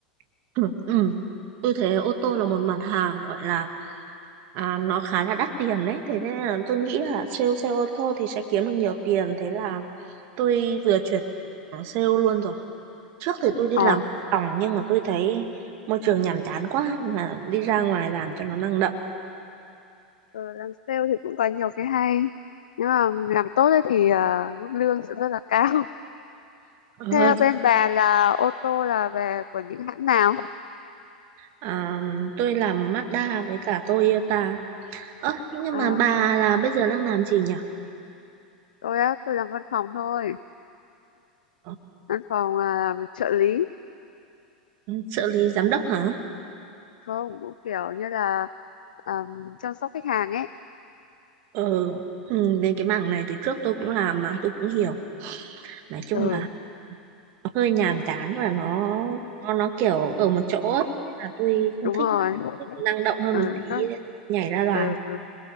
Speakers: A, on the right; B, on the left.
A: <clears throat> Ừ, ừ. Tôi thấy ô tô là một mặt hàng gọi là à, nó khá là đắt tiền đấy. Thế nên là tôi nghĩ là sale xe ô tô thì sẽ kiếm được nhiều tiền. Thế là tôi vừa chuyển sang sale luôn rồi. Trước thì tôi đi
B: Ờ.
A: làm phòng nhưng mà tôi thấy môi trường nhàm chán quá nên là đi ra ngoài làm cho nó năng động
B: Ừ, làm sale thì cũng có nhiều cái hay. Nếu mà làm tốt ấy thì ờ, mức lương sẽ rất là cao. <laughs> Thế
A: hơn.
B: bên bà là ô tô là về của những hãng nào?
A: À, tôi làm Mazda với cả Toyota. Ơ, nhưng
B: À,
A: mà bà là bây giờ đang làm gì nhỉ?
B: tôi á, tôi làm văn phòng thôi.
A: Ờ,
B: Văn phòng ờ, làm trợ lý.
A: Trợ lý giám đốc hả?
B: Không, cũng kiểu như là ờ, chăm sóc khách hàng ấy.
A: Ờ, ừ, nên cái mảng này từ trước tôi cũng làm mà tôi cũng hiểu. Nói chung
B: Ừ,
A: là nó hơi nhàm chán và nó nó nó kiểu ở một chỗ ấy. Nên là tôi không
B: đúng
A: thích
B: rồi.
A: thích năng động hơn
B: Ừ,
A: một tí
B: nó,
A: nên nhảy ra làm.
B: ừ.